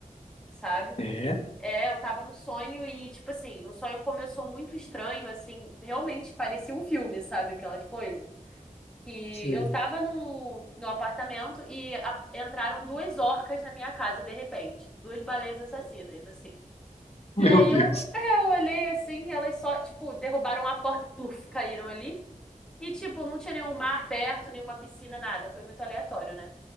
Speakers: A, in the centre; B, on the left.
A: sabe?
B: É,
A: É, eu tava no sonho e, tipo assim, o sonho começou muito estranho, assim, realmente parecia um filme, sabe? Aquelas coisas. Que
B: sei.
A: eu tava no, no apartamento e a- entraram duas orcas na minha casa, de repente. Duas baleias assassinas, assim.
B: <laughs>
A: E
B: Meu
A: aí
B: Deus.
A: eu, é, eu olhei assim, elas só, tipo, derrubaram a porta e pluf, caíram ali. E, tipo, não tinha nenhum mar perto, nenhuma piscina, nada. Foi muito aleatório, né?